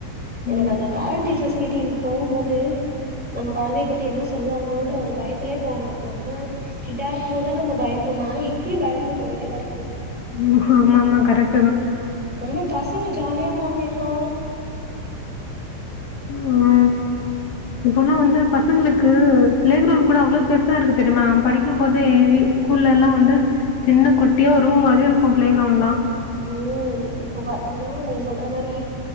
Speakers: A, in the centre; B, on the left.
A: எனக்கு
B: ம்
A: அந்த பேரண்ட் டீச்சர்ஸ் மீட்டிங் போம்போது நம்ம கொழந்தைய பத்தி என்ன சொல்லுவாங்களோன்ற ஒரு பயத்திலே போவே நம்ம கிட்டா இருக்கும் போதுதா நம்ம பயந்தோம்னா இப்பயு பயந்து போயிட்டேதா இருக்குது
B: உ ஆமா மா கரெக்ட்
A: ஆனா பசங்க ஜாலியா வராங்க போ
B: ஆ இப்போலா வந்து பசங்களுக்கு பிளே கிரவுண்ட் கூட அவ்ளோ பெருசா இருக்கு தெரியுமா படிக்கும்போதே வீ ஸ்கூல்லலா வந்து சின்ன குட்டியா ஒரு ரூம் மாரி இருக்கு பிளே கிரவுண்ட்லா
A: உ இப்போ பாத்தீன்னா நீ சொல் ன்ரமாரி